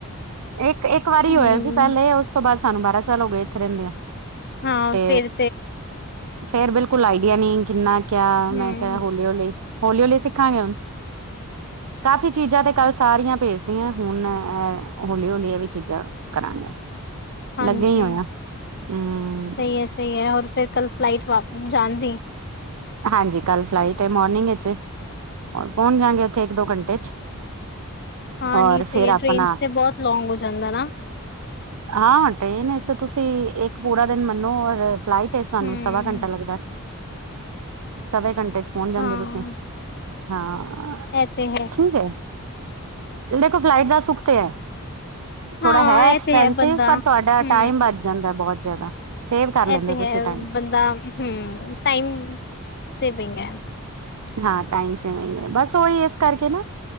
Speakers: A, on the right; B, on the left.
A: ਇੱਕ ਇੱਕ ਵਾਰੀ
B: ਹੂੰ,
A: ਹੋਇਆ ਸੀ ਪਹਿਲੇ ਉਸ ਤੋਂ ਬਾਅਦ ਸਾਨੂੰ ਬਾਰਾਂ ਸਾਲ ਹੋ ਗਏ ਇੱਥੇ ਰਹਿੰਦੇ ਆ।
B: ਹਾਂ
A: ਤੇ
B: ਫਿਰ
A: ਫੇਰ ਬਿਲਕੁਲ ਆਈਡੀਆ ਨਹੀਂ ਕਿੰਨਾ ਕਿਆ ਮੈਂ
B: ਹੂੰ,
A: ਕਿਹਾ ਹੋਲੀ ਹੋਲੀ, ਹੋਲੀ ਹੋਲੀ ਸਿੱਖਾਂਗੇ ਹੁਣ। ਕਾਫ਼ੀ ਚੀਜ਼ਾਂ ਤੇ ਕੱਲ ਸਾਰੀਆਂ ਭੇਜਤਿਆਂ ਹੁਣ ਏ ਹੌਲੀ ਹੌਲੀ ਇਹ ਵੀ ਚੀਜ਼ਾਂ ਕਰਾਂਗੇ
B: ਹਾਂਜੀ
A: ਲੱਗੇ ਹੀ ਹੋਇਆ ਹਮ।
B: ਸਹੀ ਐ, ਸਹੀ ਹੈ ਹੋਰ ਫਿਰ ਕੱਲ ਫਲਾਈਟ ਵਾਪ ਜਾਣ ਦੀ?
A: ਹਾਂਜੀ ਕੱਲ ਫਲਾਈਟ ਮੋਰਨਿੰਗ ਇਛ ਏ। ਹੋਰ ਪਹੁੰਚ ਜਾਂਗੇ ਉੱਥੇ ਇੱਕ ਦੋ ਘੰਟੇ ਚ।
B: ਹਾਂ
A: ਔਰ
B: ਨੀ ਸਹੀ
A: ਫੇਰ
B: ਹੈ
A: ਆਪਣਾ
B: ਟ੍ਰੇਨ ਤੇ ਬਹੁਤ ਲੋਂਂਗ ਹੋ ਜਾਂਦਾ ਨਾ।
A: ਹਾਂ ਟ੍ਰੇਨ ਤੇ ਤੁਸੀਂ ਇੱਕ ਪੂਰਾ ਦਿਨ ਮੰਨੋ ਔਰ ਫਲਾਈਟ ਤੁਹਾਨੂੰ
B: ਹੂੰ,
A: ਸਵਾ ਘੰਟਾ ਲੱਗਦਾ। ਸਵੇ ਘੰਟੇ ਚ ਪਹੁੰਚ ਜਾਂਦੇ
B: ਹਾਂ
A: ਤੁਸੀਂ ਹਾਂ,
B: ਇਹ ਤੇ
A: ਠੀਕ ਹੈ। ਦੇਖੋ ਫਲਾਈਟ ਦਾ ਸੁੱਖ ਤੇ ਹੈ। ਥੋੜਾ
B: ਹਾਂ
A: ਹੈ ਐਕਸਪੈਂਸਿਵ
B: ਇਹ ਤੇ ਹੈ ਬੰਦਾ
A: ਪਰ
B: ਹੂੰ,
A: ਤੁਹਾਡਾ ਟਾਈਮ ਬਚ ਜਾਂਦਾ ਬਹੁਤ ਜ਼ਿਆਦਾ। ਸੇਵ ਕਰ ਲੈਂਦੇ
B: ਇਹ ਤੇ
A: ਹੋ ਤੁਸੀਂ
B: ਹੈ,
A: ਟਾਈਮ
B: ਬੰਦਾ ਹਮ ਟਾਈਮ ਸੇਵਿੰਗ ਹੈ।
A: ਹਾਂ ਟਾਈਮ ਸੇਵਿੰਗ ਹੈ ਬਸ ਉਹੀ ਇਸ ਕਰਕੇ ਨਾ